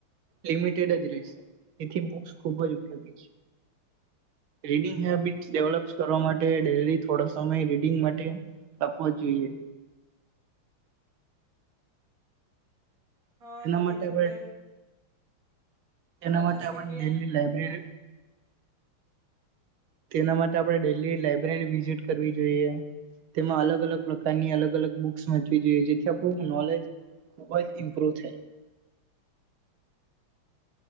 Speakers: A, on the right; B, on the right.
A: લિમિટેડ જ રહેશે તેથી બુક્સ ખૂબ જ ઉપયોગી છે, રીડિંગસ હેબિટસ ડેવલપ કરવા માટે ડેરી થોડો સમય રીડિંગ માટે આપવા જોઈએ
B: હા
A: એના
B: તમે
A: માટે
B: કીધું
A: આપણે
B: તેમ
A: એના
B: સાચું
A: માટે
B: છે
A: આપણે
B: કે
A: દિલ્હી લાઈબ્રેર તેના માટે આપણે ડેઈલી લાઈબ્રેરી વિઝિટ કરવી જોઈએ, તેમાં અલગ અલગ પ્રકારની અલગ અલગ બુક્સ વાંચવી જોઈએ જેથી આપણું નોલેજ ખૂબ જ ઇમ્પ્રુવ થાય